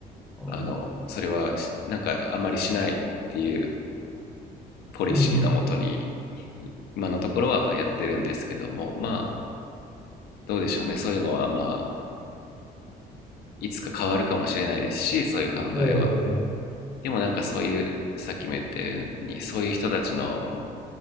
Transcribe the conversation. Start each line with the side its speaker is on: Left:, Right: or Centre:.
Centre: ああ、
Left: あの、それはなんかあんまりしないっていうポリシーのもとに、
Centre: うん。
Left: 今のところはやってるんですけどもまあどうでしょうねそういうのはまあいつか変わるかもしれないですしそういう考えは
Centre: ええ、
Left: でもなんかそういうさっきも言ったようにそういう人たちの